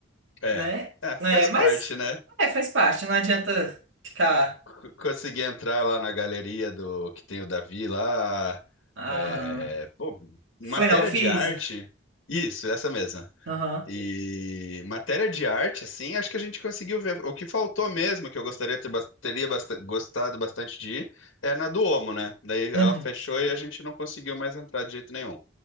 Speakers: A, on the left; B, on the right.
A: É.
B: né?
A: É, faz
B: É,
A: parte,
B: mas
A: né?
B: é, faz parte, não adianta ficar.
A: C- Consegui entrar lá na galeria do que tem o Davi lá.
B: Aham.
A: é, pô,
B: Foi
A: matéria
B: na Uffizi?
A: de arte. Isso, essa mesma.
B: Aham.
A: E matéria de arte, assim, acho que a gente conseguiu ver. O que faltou mesmo, que eu gostaria de ter, bas- teria basta- gostado bastante de ir, é na do Omo, né? Daí
B: Uhum.
A: ela fechou e a gente não conseguiu mais entrar de jeito nenhum.